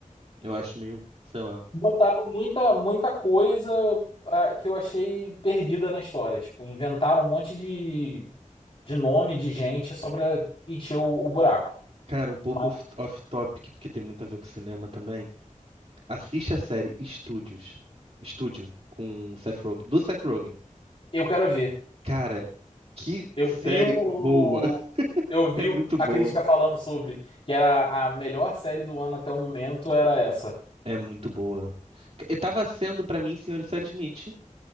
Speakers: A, on the right (about 50°); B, on the left (about 45°).
A: Eu acho meio, sei lá.
B: botaram muita, muita coisa ah, que eu achei perdida na história. Tipo, inventaram um monte de, de nome de gente só para encher o, o buraco.
A: Cara, um pouco
B: Mas
A: off- off-topic, porque tem muito a ver com cinema também. Assiste a série Estúdios. Estúdio, com o Seth Rogen. Do Seth Rogen.
B: eu quero ver.
A: Cara, que
B: Eu
A: série
B: vi o.
A: boa. <laughs>
B: Eu vi
A: É muito
B: o- a
A: boa.
B: crítica falando sobre que era a melhor série do ano até o momento, era essa.
A: É muito boa. Eu tava sendo pra mim, Senhor e Sarah Smith.